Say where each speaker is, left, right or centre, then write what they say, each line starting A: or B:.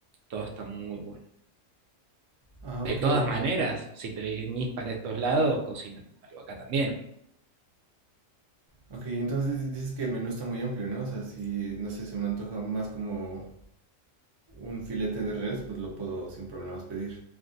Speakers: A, on the right; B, on the right.
A: todo está muy bueno.
B: Ah,
A: De
B: ok,
A: todas
B: eh,
A: maneras, si te venís para estos lados, cocinamos algo acá también.
B: ok, entonces dices que el menú está muy amplio, ¿no? O sea, si, no sé, se me antoja más como un filete de res, pues lo puedo sin problemas pedir.